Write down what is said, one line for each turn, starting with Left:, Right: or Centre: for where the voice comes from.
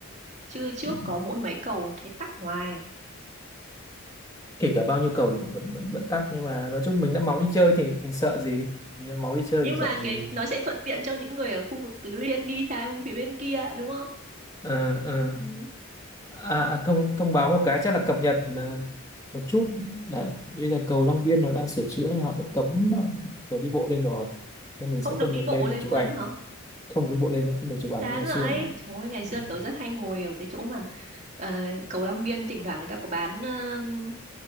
Right: Chứ trước
Left: ừ.
Right: có mỗi mấy cầu thấy tắc hoài à.
Left: kể cả bao nhiêu cầu thì vẫn vẫn vẫn tắc nhưng mà nói chung mình đã máu đi chơi thì mình sợ gì Nhỡ máu đi chơi
Right: Nhưng
Left: mình sợ
Right: mà
Left: gì
Right: cái nó sẽ thuận tiện cho những người ở khu vực Tứ Liên đi sang phía bên kia đúng không?
Left: ờ ờ
Right: Ừ.
Left: À, à, thông thông báo một cái chắc là cập nhật ờ, một chút đấy bây giờ cầu Long Biên nó đang sửa chữa nên họ sẽ cấm người đi bộ lên rồi nên mình
Right: Không
Left: sẽ
Right: được
Left: không
Right: đi
Left: được
Right: bộ
Left: lên mình
Right: lên
Left: chụp
Right: luôn
Left: ảnh
Right: á hả?
Left: không được đi bộ lên nữa không được chụp ảnh
Right: Chán
Left: như ngày
Right: vậy.
Left: xưa nữa
Right: Trời ơi, ngày xưa
Left: Ừ.
Right: tớ rất hay ngồi ở cái chỗ mà ờ, cầu Long Biên thỉnh thoảng người ta có bán um,